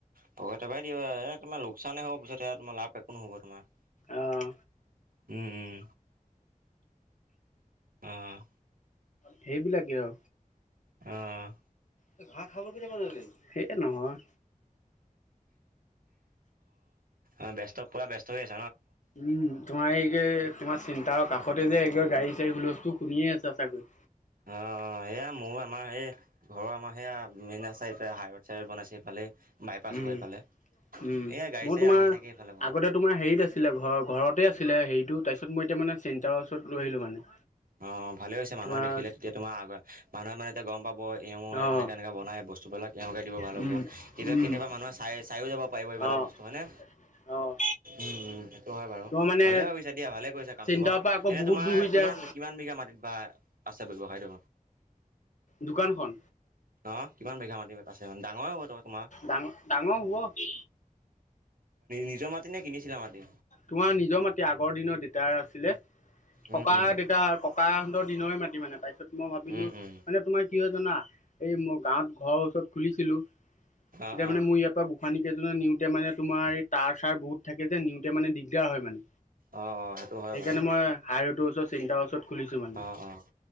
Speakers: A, on the right; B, on the left.
A: পকতে বাই দিয়া এ তোমাৰ লোকচানেই হ'ব পিছত স তাৰ লাভ। একো নহ'ব তোমাৰ
B: আহ।
A: উম উম। আহ।
B: সেইবিলাকেই অ।
A: অ',
B: <unintelligible> সেই নহয়।
A: অৱ ব্যস্ত পুৰা ব্যস্ত হৈ আছে।
B: উম তোমাৰ এই তোমাৰ চিন্তাৰ কাষতে যে এক গাড়ী চাড়ী হুলস্থুল। শুনিয়ে আছা চাগৈ।
A: অৱ সেয়া মোৰ আমাৰ সেৱা ঘৰৰ আমাৰ সেয়া মেইন আছে এতিয়া হাইৰেড চাইড বনাইছে। ইফালে বাইপাছ
B: উম।
A: হ এইফালে।
B: উম,
A: এইয়া গাড়ী
B: মই
A: চাড়ী
B: তোমাৰ,
A: আহিয়ে থাকে এইফালে বহুত।
B: আগতে তোমাৰ হেৰিত আছিলে ঘৰ ঘৰতে আছিলে হেৰিতো। তাৰপিছ মই এতিয়াানে চেণতাৰৰ ওচৰত ৰ আহিলো মানে।
A: অ ভালে হৈছে
B: তোমাৰ
A: মানুহে দেখিলে তেতিয়া তোমাৰ আগ মানুহে মানে এতিয়া গম পাব। এওঁ
B: অ'।
A: এনেকৈ এনেকৈ বনাই বস্তুবিলাক এওঁকে দিব ভাল
B: উম।
A: হ'ব কেতিয়া
B: উম,
A: কেতিয়াবা, মানুহে চাই চায়ো যাব পাৰিব এইবিলাক।
B: অ',
A: বস্তু হয় নে
B: অ',
A: উ উ। হয় বাৰু
B: তোমাৰ মানে
A: ভালে ভাবিছা দিয়া ভালে কৰিছছে কামটো
B: চেণ্টাৰৰ
A: ব,
B: পৰা আকৌ
A: এনেয়া
B: বহুত
A: তোমাৰ
B: দূৰ হৈ
A: কিমান।
B: যায়
A: কিমান বিঘা মাটিত বা আছে বৱসায়টো।
B: দোকানখন।
A: অ কিমান বিঘা মাটতি আছে মানে ডাঙৰ হ'ব ত। তোমাৰ
B: ডাঙৰ ডাঙৰ হব।
A: নিজৰ মাটি নে কিনিছিলা মাটি
B: তোমাৰ নিজৰ মাতি আগৰ দিনৰত দেতাৰ আছিলে। ককা
A: উম উম
B: দেউতা ককা সহঁতৰ দিনৰে মাতি মানে তাৰ পিছত মই ভাবিলো
A: উম উম
B: মানে তোমাৰ। কি হয় জানা, এই মই গাঁৱত ঘৰৰ ওচৰত খুলিছিলো। তেতিয়া
A: অ অ
B: মানে মোৰ ইয়াৰ পৰা গোসানী কেইজনে নিওঁতে মানে। তোমাৰ এই তাৰ চাৰ বহুত থাকে যে নিওঁতে মানে দিগদাৰ হয় মানে।
A: অ অ সেইটো হয়
B: সেইকাৰণে
A: বাৰু
B: মই হাই ৰোদৰ ওচৰত চিন্তাৰ ওচৰত। খুলিছো মানে,
A: অ অ